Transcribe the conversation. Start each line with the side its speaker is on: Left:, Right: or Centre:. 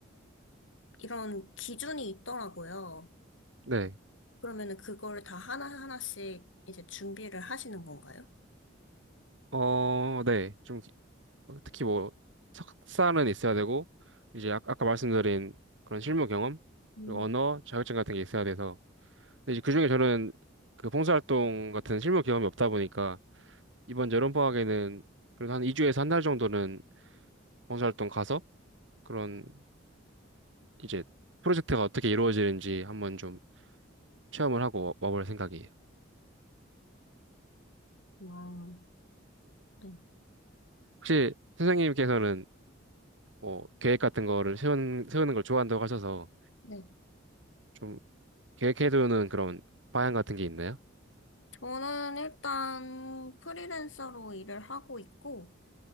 Left: 이런 기준이 있더라고요.
Right: 네.
Left: 그러면은 그거를 다 하나하나씩 이제 준비를 하시는 건가요?
Right: 어, 네. 좀 기- 어, 특히 뭐 석사는 있어야 되고 이제 아, 아까 말씀드린 그런 실무 경험
Left: 음,
Right: 그리고 언어 자격증 같은 게 있어야 돼서 근데 이제 그중에 저는 그 봉사활동 같은 실무 경험이 없다 보니까 이번 여름 방학에는 그래도 한 2주에서 한 달 정도는 봉사활동 가서 그런 이제 프로젝트가 어떻게 이루어지는지 한번 좀 체험을 하고 와- 볼 생각이에요.
Left: 와, 네.
Right: 혹시 선생님께서는 뭐 계획 같은 거를 세우는, 세우는 걸 좋아한다고 하셔서
Left: 네.
Right: 좀 계획해두는 그런 방향 같은 게 있나요?
Left: 저는 일단 프리랜서로 일을 하고 있고,